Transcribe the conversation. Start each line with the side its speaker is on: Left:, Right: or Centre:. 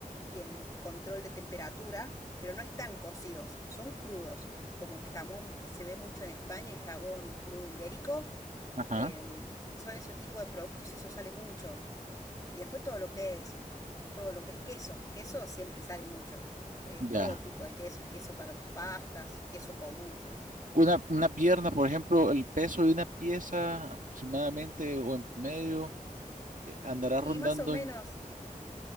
Left: y en control de temperatura, pero no están cocidos, son crudos, como el jamón que se ve mucho en España, el jabón crudo ibérico.
Right: Ajá.
Left: em, son ese tipo de productos, eso sale mucho. Y después todo lo que es, todo lo que es queso. Queso siempre sale mucho. eh, todo
Right: Ya.
Left: tipo de queso, el queso para las pastas, queso común.
Right: Una, una pierna, por ejemplo, el peso de una pieza aproximadamente o en medio eh, andará
Left: Y
Right: rondando
Left: más o menos,
Right: en...